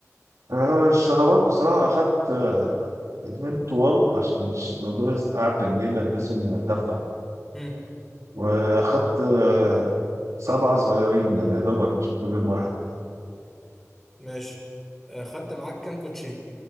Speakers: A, on the right; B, in the centre.
A: آه، الشرابات بصراحة أخدت آه، اتنين طوال عشان مش الموضوع بس قعد بالليل ألبسهم أدفع
B: هم.
A: وأخدت آه، سبعة صغيرين يعني يا دوبك عشان كل يوم واحد
B: ماشي آه، خدت معاك كام كوتشي